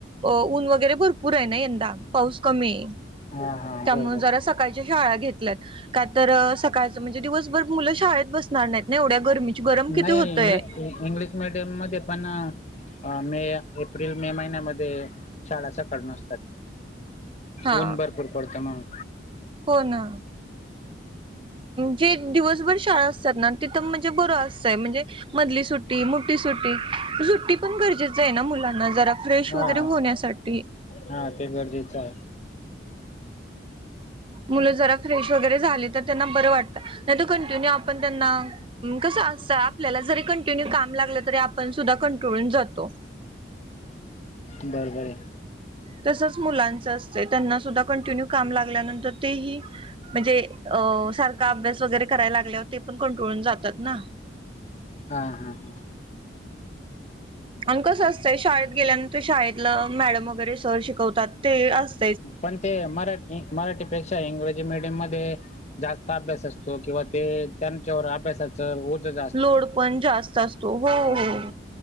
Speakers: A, on the right; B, on the left.
A: अ ऊन वगैरे भरपूर आहे ना यंदा पाऊस कमी आहे
B: हा हा
A: त्यामु
B: बरोबर
A: जरा सकाळच्या शाळा घेतल्यात का तर सकाळ म्हणजे दिवसभर मुलं शाळेत बसणार नाहीत ना एवढ्या गर्मी गरम किती
B: नाही
A: होतंय
B: इंग्लिश इंग्लिश मिीडियम मध्ये पण अ मे एप्रिल मे महिन्यामध्ये शाळा सकाळ नसतात
A: हां
B: ऊन भरपूर पडतय म्हणून.
A: हो ना. जे दिवसभर शाळा असतात ना तिथं म्हणजे बरं असतंय म्हणजे मधली सुट्टी मोठी सुट्टी सुट्टी पण गरजेच आहे ना मुलांना जरा फ्रेश
B: हा
A: वगैरे होण्यासाठी
B: हा ते गरजेचं आहे
A: मुलं जरा फ्रेश वगैरे झाले तर त्यांना बरं वाटतं नाही तर कंटिन्यू आपण त्यांना कस असं आपल्याला जरी कंटिन्यू काम लागलं तरी आपण सुद्धा कंट्रोलून जातो
B: बरबर य.
A: तसच मुलांच असतय त्यांना सुद्धा कंटिन्यू काम लागल्यानंतर तेही म्हंजे अ सारखा अभ्यास वगैरे करायला लागल्यावर ते पण कंटोळून जातात ना.
B: हा हा हा.
A: आण कसं असतंय शाळेत गेल्यानंतर शाळेतल मॅडम वगैरे सर शिकवतात ते अस
B: पण ते मराठी मराठी पेक्षा इंग्रजी मीडियम मध्ये जास्त अभ्यास असतो किंवा ते त्यांच्यावर अभ्यासाच तर उद्या जा
A: लोड पण जास्त असतो हो हो
B: हा